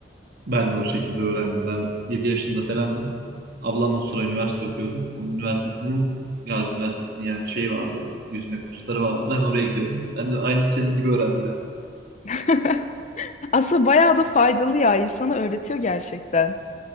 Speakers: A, on the right; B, on the left.
A: Ben de o şekilde öğrendim. Ben 7 yaşında falandım. Ablam o sıra üniversite okuyordu. Onun üniversitesinin Gazi Üniversitesi'nin yani şey vardı. Yüzme kursları vardı. Ben oraya gidiyordum. Ben de aynı senin gibi öğrendim yani.
B: <laughs> Aslında bayağı da faydalı ya. insana öğretiyor gerçekten.